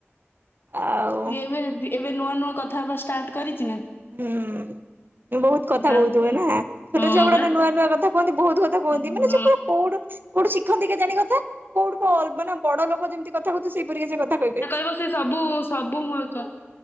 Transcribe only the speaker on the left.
ସିଏ ଏବେ ଏବେ ନୂଆ ନୂଆ କଥା ହେବା ଷ୍ଟାର୍ଟ କରିଛି ନାଁ?
ହଉଛି
ହଁ
ବା
ହଁ।
ହଁ ସେ ସବୁ ସବୁ ମୂଳକ